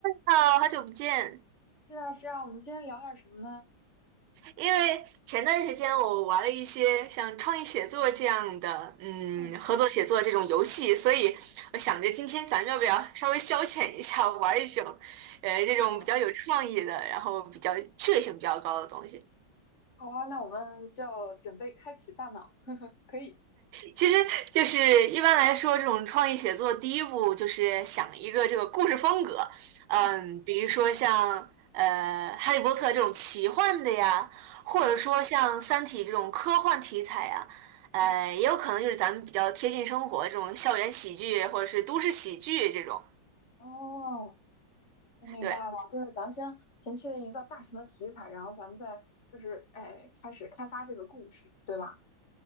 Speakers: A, on the right (about 90°); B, on the left (about 35°).
A: 哈喽，好久不见。
B: 是啊，是啊，我们今天聊点什么呢？
A: 因为前段时间我玩了一些像创意写作这样的，嗯，
B: 嗯
A: 合作写作这种游戏，所以我想着今天咱们要不要稍微消遣一下，玩一种，呃，这种比较有创意的，
B: 好啊，
A: 然后比较趣味性比较高的东西。
B: 好啊，那我们就准备开启大脑，可以。
A: 其实就是一般来说，这种创意写作第一步就是想一个这个故事风格，嗯，
B: 嗯
A: 比如说像呃《哈利波特》这种奇幻的呀，或者说像《三体》这种科幻题材呀，
B: 嗯
A: 呃，
B: 嗯，
A: 也有可能就是咱们比较贴近生活这种校园喜剧或者是都市喜剧这种，
B: 哦，我明白了，
A: 对。
B: 就是咱先先确定一个大型的题材，然后咱们再就是哎开始开发这个故事，对吧？